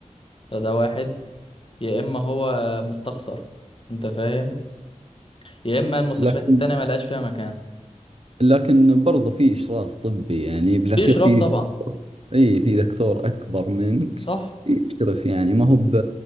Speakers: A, on the left; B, on the right.
A: فده واحد يا اما هو مستخسر انت فاهم يا اما المستشفيات
B: لكن
A: التانية ملقاش فيها مكان
B: لكن برضو في إشراف طبي يعني بالأخير
A: في اشراف
B: في
A: طبعا
B: دكتور أي في دكتور أكبر منك
A: صح
B: يشرف يعني ما هو ب...